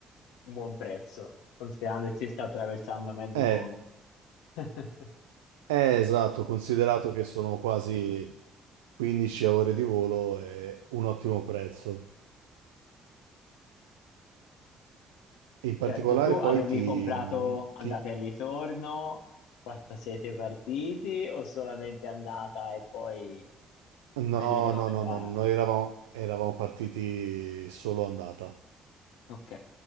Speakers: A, on the left; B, on the right.
A: un buon prezzo, considerando che si sta attraversando mezzo
B: È,
A: mondo. <laughs>
B: è esatto, considerato che sono quasi 15 ore di volo, è un ottimo prezzo. In particolare
A: Certo, tu avevi
B: poi ti...
A: comprato andata
B: ti-
A: e ritorno quando siete partiti o solamente andata e poi vedere
B: No,
A: come
B: no, no,
A: va?
B: no, noi eravamo, eravamo partiti solo andata.
A: Ok.